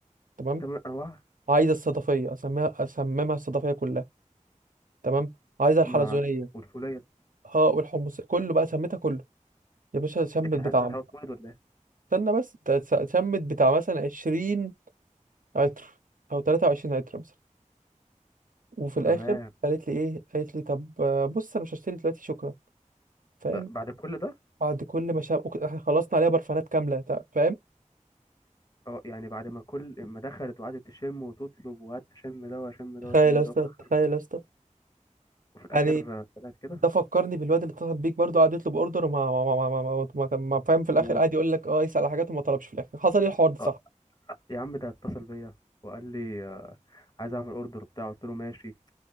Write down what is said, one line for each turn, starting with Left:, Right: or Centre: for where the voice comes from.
Right: تمام
Left: تمن أنواع
Right: عايزه الصدفيه اسميها اسممها الصدفيه كلها تمام عايزه الحلزونيه
Left: مع والفولية
Right: اه والحمص كله بقى سميتها كله يا باشا شمت
Left: كان
Right: بتاع
Left: عايز حاجة تولد ولا إيه؟
Right: استنى بس ده س- شمت بتاع مثلا 20 عطر او 23 عطر مثلا وفي الاخر
Left: تمام
Right: قالت لي ايه قالت لي طب آه، بص انا مش هشتري دلوقتي شكرا فاهم
Left: أه، بعد كل ده
Right: بعد كل ما شاب وك- احنا خلصنا عليها برفانات كامله تع- فاهم
Left: اه يعني بعد ما كل ما دخلت وقعدت تشم وتطلب وقعدت اشم ده واشم ده
Right: تخيل
Left: واشم
Right: يا اسطى
Left: ده وفي الاخر
Right: تخيل يا اسطى
Left: وفي الاخر
Right: يعني
Left: آه، طلعت كده
Right: ده فكرني بالواد اللي اتصل بيك برضه قعد يطلب اوردر وما ما ما ما ما, ما, ما, ما فاهم في الاخر
Left: و
Right: قعد يقول لك اه يسال على حاجات وما طلبش في الاخر حصل ايه الحوار ده صح
Left: آه، يا عم ده اتصل بيا وقال لي آه، عايز اعمل اوردر بتاع قلت له ماشي